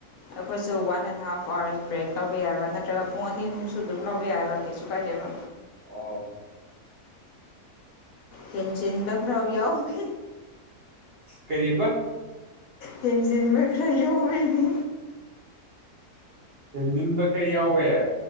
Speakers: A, on the left; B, on the right.
A: ꯑꯩꯈꯣꯏꯁꯨ one and half hours break ꯇꯧꯕ ꯌꯥꯏꯕ ꯅꯠꯇ꯭ꯔꯒ ꯄꯨꯡ ꯑꯅꯤ ꯑꯍꯨꯝꯁꯨ ꯑꯗꯨꯝ ꯂꯧꯕ ꯌꯥꯏꯕ ꯀꯩꯁꯨ ꯀꯥꯏꯗꯦꯕ
B: ꯑꯣ
A: ꯍꯦꯟꯖꯤꯟꯕ ꯈꯔꯥꯎ ꯌꯥꯎꯋꯤ
B: ꯀꯔꯤꯕ
A: ꯍꯦꯟꯖꯤꯦꯟꯕ ꯀ꯭ꯔ ꯌꯥꯕꯅꯤ
B: ꯍꯃꯤꯟꯕꯈꯩ ꯌꯥꯎꯋꯦ